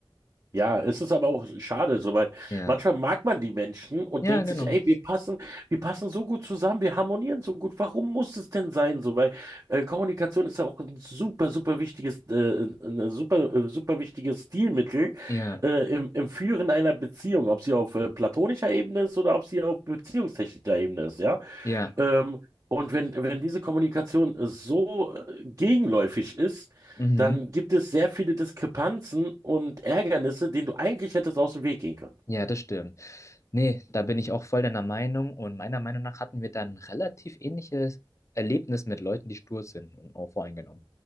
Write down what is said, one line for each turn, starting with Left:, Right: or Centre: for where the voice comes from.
Right: Ja, es ist aber auch schade, so, weil
Left: Ja.
Right: manchmal mag man die Menschen und
Left: Ja,
Right: denkt
Left: genau.
Right: sich, ey, wir passen, wir passen so gut zusammen, wir harmonieren so gut. Warum muss es denn sein, so? Weil äh, Kommunikation ist ja auch ein super, super wichtiges, äh, ein super, äh, super wichtiges Stilmittel
Left: Ja,
Right: äh, im, im Führen einer Beziehung, ob sie auf äh, platonischer Ebene ist oder ob sie auf beziehungstechnischer Ebene ist, ja.
Left: ja.
Right: Ähm, und wenn, wenn diese Kommunikation so äh, gegenläufig ist,
Left: Mhm.
Right: dann gibt es sehr viele Diskrepanzen und Ärgernisse, denen du eigentlich hättest aus dem Weg gehen können.
Left: Ja, das stimmt. Nee, da bin ich auch voll deiner Meinung und meiner Meinung nach hatten wir dann ein relativ ähnliches Erlebnis mit Leuten, die stur sind und auch voreingenommen.